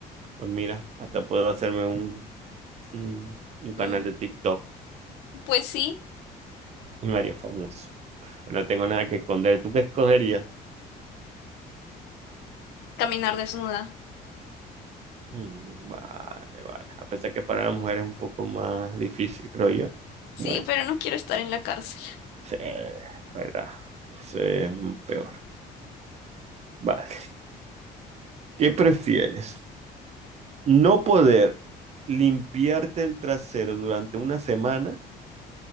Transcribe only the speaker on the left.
Mm,
pues sí,
caminar desnuda.
Sí,
pero no quiero estar en la cárcel.